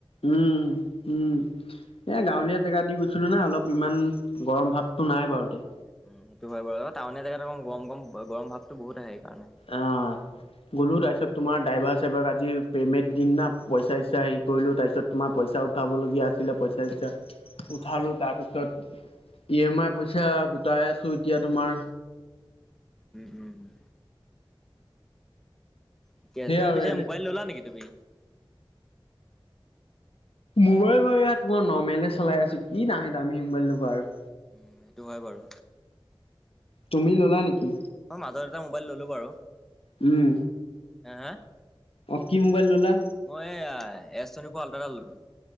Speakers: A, on the left (about 90°); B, in the centre.
A: উম', উম'। এ গাঁৱলীয়া জেগা দি গৈ কৈছিলোঁ না অলপ ইমান গৰম ভাৱতো নাই বাৰু তে।
B: উম, সেইটো হয় বাৰু। টাউনীয়া জেগাত অলপ গৰম-গৰম গৰম ভাৱতো বহুত আহে। সেইকাৰণে
A: অহ, গ'লো তাৰপিছত তোমাৰ ড্ৰাইভাৰ-চাইভৰক আজি পে'মেণ্ট দিম না, পইচা-চইচা হেৰি কৰিলোঁ, তাৰপিছত তোমাৰ পইচাও উঠাবলগীয়া আছিলে পইচা-চইচা উঠালোঁ, তাৰপিছত ই এম আই পইচা গোটাই আছোঁ এতিয়া তোমাৰ।
B: উম', উম'। এতিয়া
A: সেয়া
B: তুমি
A: আৰু
B: পিছে
A: এনে
B: মোবাইল ল'লা নেকি তুমি?
A: মোবাইল মোৰ এয়া তোমাৰ নৰ্মেলে চলাই আছোঁ। কি দামী-দামী মোবাইল লবা আৰু।
B: উম, সেইটো হয় বাৰু।
A: তুমি ল'লা নেকি?
B: মই মাজত এটা মোবাইল ললোঁ বাৰু।
A: উম।
B: হ! হ!
A: অহ, কি মোবাইল ল'লা?
B: মই এয়া এছ টোৱেনটি ফৰ আল্টা এটা ল'লো।